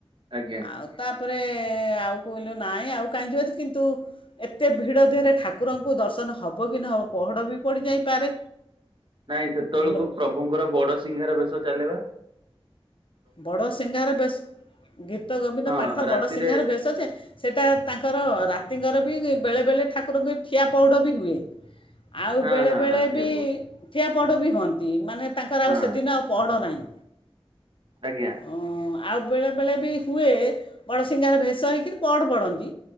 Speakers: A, on the right; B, on the left.
A: ଆଜ୍ଞା।
B: ଆଉ ତାପରେ ଆଉ କହିଲୁ ନାଇଁ ଆଉ କାହିଁ ଯିବା କିନ୍ତୁ। ଏତେ ଭିଡ଼ ଧିହରେ ଠାକୁରଙ୍କୁ ଦର୍ଶନ ହବ କି ନହବ ପହଡ଼ ବି ପଡ଼ିଯାଇପାରେ।
A: ନାଇଁ ସେତେବେଳକୁ
B: ଲୋ
A: ପ୍ରଭୁଙ୍କର ବଡସିଂହାର ବେଶ ଚାଲେ ପା।
B: ବଡ଼ ସିଙ୍ଗାର ବେସ୍ ଗୀତ ଗୋବିନ୍ଦ
A: ହଁ
B: ପାଠ
A: ରାତିରେ
B: ବଡ଼ ସିଙ୍ଗାର ବେଶ ଯେ। ସେଟା ତାଙ୍କର ରାତିଙ୍କର ବି ବେଳେବେଳେ ଠାକୁରଙ୍କୁ ବି ଠିଆ ପଉଡ଼ ବି ହୁଏ। ଆଉ
A: ହଁ
B: ବେଳେବେଳେ
A: ହଁ ହଁ ଠିଆ
B: ବି
A: ପଡୁ
B: ଠିଆପହଡ ବି ହୁଅନ୍ତି ମାନେ ତାଙ୍କର
A: ହଁ
B: ଆଉ ସେଦିନ ଆଉ ପହଢ଼ ନାହିଁ।
A: ଆଜ୍ଞା।
B: ହଁ ଆଉ ବେଳେବେଳେ ବି ହୁଏ ବଡ଼ସିଂଙ୍ଗାର ଭେଷ ହୋଇକରି ପଅଡ ପଡ଼ନ୍ତି।